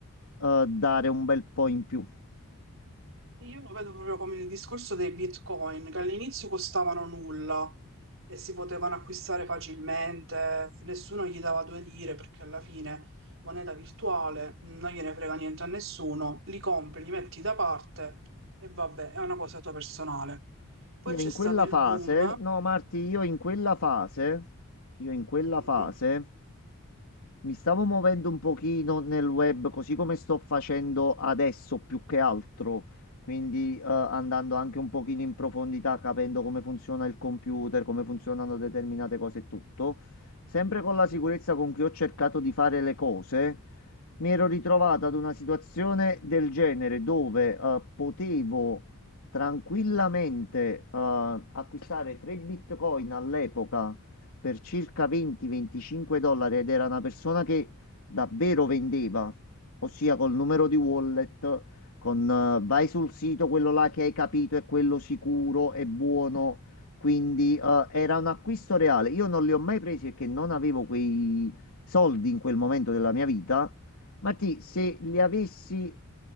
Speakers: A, on the left (about 80°); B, on the right (about 60°).
A: eh, dare un bel po' in più.
B: Io lo vedo proprio come il discorso dei Bitcoin, che all'inizio costavano nulla e si potevano acquistare facilmente, nessuno gli dava due lire perché alla fine moneta virtuale non gliene frega niente a nessuno, li compri, li metti da parte e vabbè, è una cosa tua personale. Poi
A: Io
B: c'è
A: in
B: stato
A: quella
B: il
A: fase,
B: boom.
A: no Marti, io in quella fase, io in quella
B: eh,
A: fase Mi stavo muovendo un pochino nel web, così come sto facendo adesso più che altro, quindi eh, andando anche un pochino in profondità, capendo come funziona il computer, come funzionano determinate cose e tutto. Sempre con la
B: mhm,
A: sicurezza con cui ho cercato di fare le cose, mi ero ritrovato ad una situazione del genere dove eh, potevo tranquillamente eh, acquistare 3 Bitcoin all'epoca per circa 20-25 dollari ed era una persona che davvero vendeva, ossia col numero di wallet, con eh, vai sul sito, quello là che hai capito è quello sicuro, è buono. Quindi eh, era un acquisto reale. Io non li ho mai presi perché non avevo quei soldi in quel momento della mia vita Martì, se li avessi,